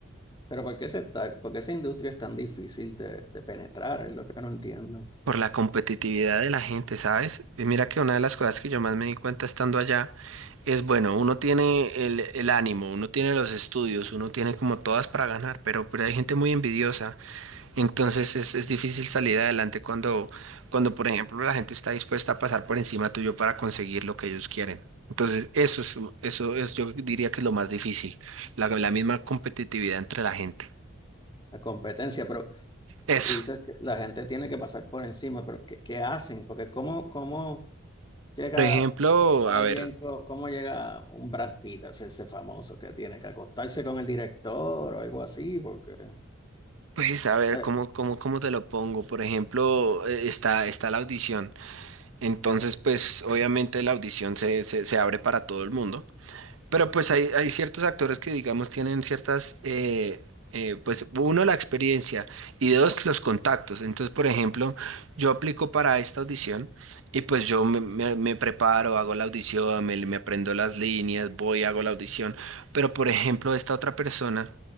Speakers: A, on the left; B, on the right.
A: Pero ¿por qué, se está- por qué esa industria es tan difícil de, de penetrar? Es lo que no entiendo.
B: por la competitividad de la gente, ¿sabes? Y mira que una de las cosas que yo más me di cuenta estando allá es, bueno, uno tiene el, el ánimo, uno tiene los estudios, uno tiene como todas para ganar, pero, pero hay gente muy envidiosa, entonces es, es difícil salir adelante cuando, cuando, por ejemplo, la gente está dispuesta a pasar por encima tuyo para conseguir lo que ellos quieren. Entonces, eso es, eso es, yo diría que es lo más difícil, la, la misma competitividad entre la gente.
A: La competencia, pero
B: Eso.
A: tú dices que la gente tiene que pasar por encima, pero ¿qué, qué hacen? Porque ¿cómo, cómo llega
B: Por ejemplo,
A: alguien,
B: a ver.
A: co- cómo llega un Brad Pitt a hacerse famoso? Que tiene que acostarse con el director o algo así, porque...
B: Pues a ver,
A: eh,
B: ¿cómo, cómo, cómo te lo pongo? Por ejemplo, eh, está, está la audición. Entonces, pues obviamente la audición se, se, se abre para todo el mundo. Pero pues hay, hay ciertos actores que, digamos, tienen ciertas, eh, eh, pues uno, la experiencia y dos, los contactos. Entonces, por ejemplo, yo aplico para esta audición y pues yo me, me- me preparo, hago la audición, me, me aprendo las líneas, voy, hago la audición. Pero, por ejemplo, esta otra persona